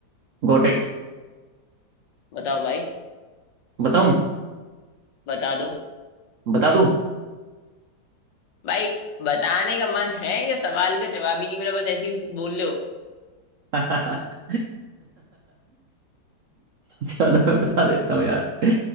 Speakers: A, on the right; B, on the left.
A: गोट इट
B: बताओ भाई
A: बताऊं
B: बता दो
A: बता दूं
B: भाई बताने का मन है या सवाल का जवाब ही नहीं मिला बस ऐसे ही बोल रहे हो
A: <laughs> चलो मैं बता देता हूँ यार